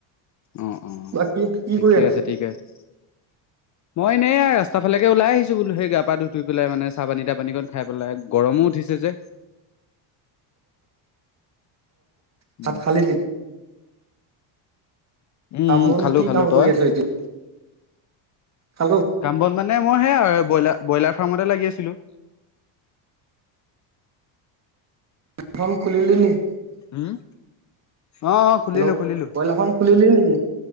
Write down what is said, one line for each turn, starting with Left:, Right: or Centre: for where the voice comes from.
Left: অঁ অঁ
Right: বাকী কি
Left: ঠিকে
Right: কৰি আছ
Left: আছে ঠিকে আছে মই এনেয়া ৰাস্তা ফালে ওলাই আহিছোলোেই গা ধুঠ পেলাই মান চ পানী তাপানী কত খাই পেলাই গৰমো উঠি দিছে যে উম
Right: ভাত খালি
Left: উম
Right: কামন
Left: খালো
Right: কি
Left: খালো
Right: কাম
Left: তই
Right: কৰি আছো এতিয়া খালো
Left: কাম্বন মানে মই সেয়া আৰু ব্ৰইলাৰ ব্ৰইলাৰ ফাৰ্মতে লাগি আছিলো
Right: ফাম খুলিল ন <unintelligible>
Left: উম অ অ খুলিলো
Right: হেল্ল'
Left: খুলিলো
Right: ব্ৰইলাৰ ফাৰ্ম খুলিলি নেকি